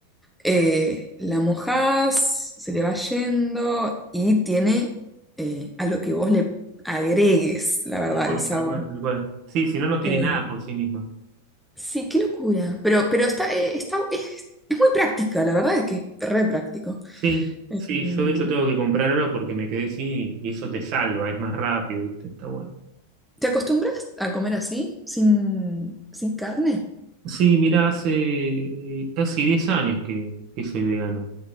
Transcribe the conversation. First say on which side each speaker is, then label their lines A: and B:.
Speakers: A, in the centre; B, on the right.
A: eh, la mojás, se le va yendo y tiene eh, a lo que vos le agregues, la verdad,
B: Tal cual,
A: el sabor.
B: tal cual, tal cual. Sí, si no, no tiene
A: Eh,
B: nada por sí misma.
A: sí, qué locura. Pero, pero está, eh, está, es, es muy práctica, la verdad es que es re práctico.
B: Sí,
A: Em,
B: sí, yo de hecho tengo que comprar ahora porque me quedé sin y, y eso te salva, es más rápido, ¿viste? Está bueno.
A: ¿te acostumbras a comer así, sin, sin carne?
B: Sí, mira, hace casi diez años que, que soy vegano.